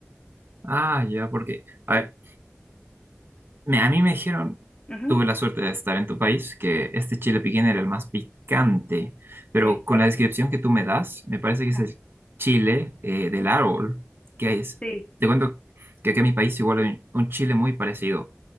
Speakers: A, on the right; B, on the left.
A: Ah, ya, porque, a ver, Me- a mí me dijeron,
B: Ujú,
A: tuve la suerte de estar en tu país, que este chile piquín era el más picante, pero
B: ¿En
A: con
B: serio?
A: la descripción que tú me das, me parece
B: Ajá.
A: que es el chile eh, del árbol. ¿Qué es?
B: Sí,
A: Te cuento que aquí en mi país igual hay un, un chile muy parecido.